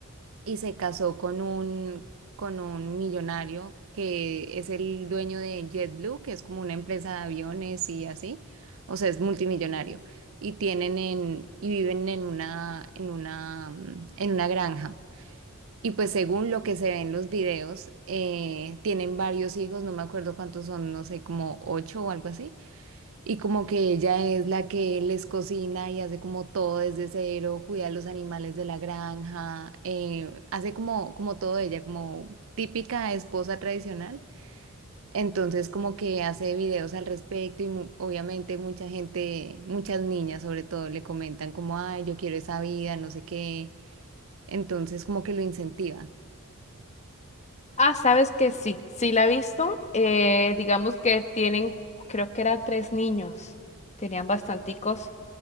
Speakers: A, on the right; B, on the left.
A: y se casó con un, con un millonario que es el dueño de JetBlue, que es como una empresa de aviones y así, o sea, es multimillonario. Y tienen en, y viven en una, en una, mm, en una granja. Y pues según lo que se ve en los videos, eh, tienen varios hijos, no me acuerdo cuántos son, no sé, como ocho o algo así. Y como que ella es la que les cocina y hace como todo desde cero, cuida a los animales de la granja, eh, hace como, como todo ella, como típica esposa tradicional. Entonces como que hace videos al respecto y mu- obviamente mucha gente, muchas niñas sobre todo le comentan como, ay, yo quiero esa vida, no sé qué. Entonces como que lo incentiva.
B: Ah, sabes que sí, sí la he visto. eh, digamos que tienen, creo que eran tres niños, tenían bastanticos.